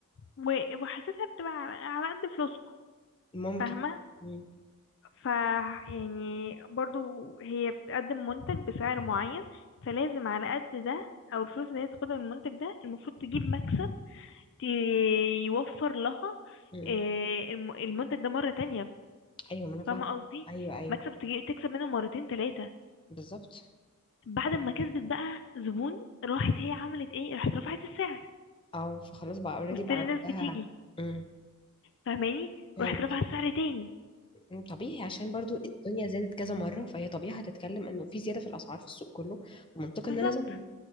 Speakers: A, on the left; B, on the left.
A: و- وحسيتها بتبقى على على قد فلوسكم
B: ممكن
A: فاهمه
B: مم.
A: ف يعني برضو هي بتقدم منتج بسعر معين فلازم على قد ده او الفلوس اللي هي تاخدها من المنتج ده المفروض تجيب مكسب ت- يوفر لها
B: مم.
A: آه، الم- المنتج ده مرة تانية
B: ايوه ما انا فاهمه
A: فاهمة قصدي
B: ايوه ايوه
A: مكسب تجي- تكسب منه مرتين تلاتة
B: بالظبط
A: بعد ما كسبت بقى زبون راحت هي عملت ايه راحت رفعت السعر
B: اه فخلاص بقى اوريدي
A: وستيل
B: بقى عندها
A: الناس بتيجي
B: مم.
A: فاهماني
B: فاهم.
A: راحت رفعت السعر تاني
B: مم. طبيعي عشان برضو الدنيا زادت كذا مره فهي طبيعي هتتكلم انه في زياده في الاسعار في السوق كله فمنطقي
A: بالظبط
B: ان انا ازود